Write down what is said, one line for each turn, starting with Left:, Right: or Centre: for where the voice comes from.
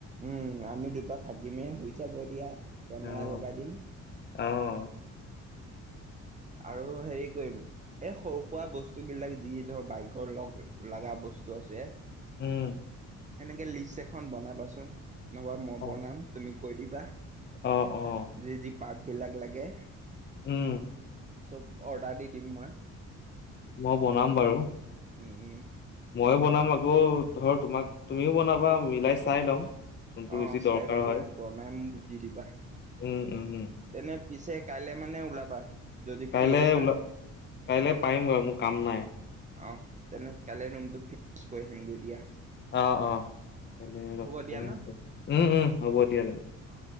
Right: উম, আমি দুটা থাকিমে হয় যাব দিয়া! কেমেৰা
Left: অ',
Right: লগাই দিম।
Left: অ'।
Right: আৰু হেৰি কৰিম এই সৰু-সুৰা বস্তুবিলাক যি ধৰ বাইকৰ লগ লাগা বস্তু আছে।
Left: উম।
Right: এনেকে লিষ্ট এখন বনাবাচোন নহ'বা মই
Left: অ',
Right: বনাম তুমি কৈ দিবা।
Left: অ', অ'।
Right: যি যি পাৰ্টবিলাক লাগে।
Left: উম।
Right: চব অৰ্ডাৰ দি দিম মই।
Left: মই বনাম বাৰু।
Right: উম, উম।
Left: ময়ো বনাম। আকৌ ধৰ তোমাক তুমিও বনাবা। মিলাই চাই লম। যোনটো
Right: অ',
Left: বেছি
Right: চাই
Left: দৰকাৰ
Right: পেলাই
Left: হয়,
Right: বনাই মোক দি দিবা।
Left: উম, উম, উম,
Right: তেনে পিছে কাইলে মানে ওলাবা। যদি
Left: কাইলে
Right: ফ্ৰী আছা।
Left: ওলা কাইলে পাৰিম বাৰু। মোৰ কাম নাই।
Right: অহ। তেনে কালি ৰুমটো ফিক্স কৰি আহিমগৈ দিয়া।
Left: অ', অ' <unintelligible>
Right: হ'ব দিয়া ন
Left: উম, উম হ'ব দিয়া তেনে।
Right: অ'।